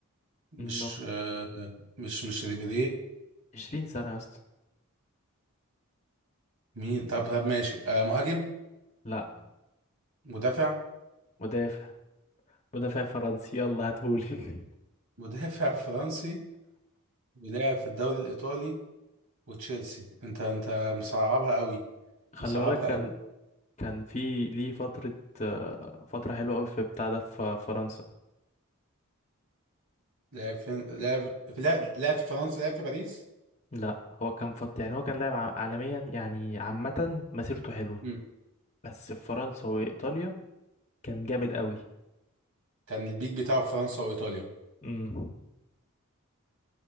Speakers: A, on the right; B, on the left.
A: مش
B: نو
A: آه، مش مش ريبيري
B: 20 سنة يا اسطى
A: مين طب طب ماشي آه، مهاجم
B: لا
A: مدافع
B: مدافع مدافع فرنسي يلا هاتهولي
A: مدافع فرنسي ولاعب في الدوري الإيطالي وتشيلسي انت انت مصعبها قوي
B: <laughs> خلي
A: مصعبها
B: بالك كان
A: قوي
B: كان في ليه فترة آه، فترة حلوة أوي في بتاع ده في فرنسا
A: لاعب في لاعب في لاعب لاعب في فرنسا لاعب في باريس
B: لا هو كان فت يعني هو كان لاعب ع- عالميا يعني عامة مسيرته حلوة
A: مم.
B: بس في فرنسا وإيطاليا كان جامد أوي
A: كان البيك بتاعه في فرنسا وإيطاليا
B: امم